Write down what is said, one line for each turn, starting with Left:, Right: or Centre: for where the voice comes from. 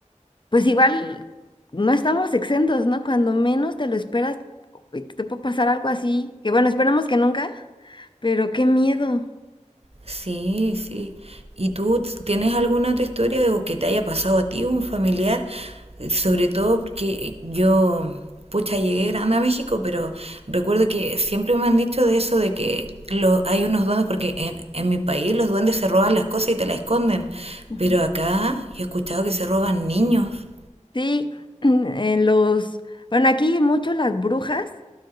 Left: pues igual, no estamos exentos, ¿no? Cuando menos te lo esperas, uy, te puede pasar algo así, que bueno, esperemos que nunca, pero qué miedo.
Right: Sí, sí. ¿Y tú t- tienes alguna otra historia o que te haya pasado a ti, un familiar? Eh, Sobre todo porque yo, pucha, llegué grande a México, pero recuerdo que siempre me han dicho de eso, de que lo, hay unos duendes, porque en, en mi país los duendes se roban las cosas y te las esconden,
Left: Ujú.
Right: pero acá yo he escuchado que se roban niños.
Left: Sí, <clears throat> eh, los, bueno, aquí mucho las brujas,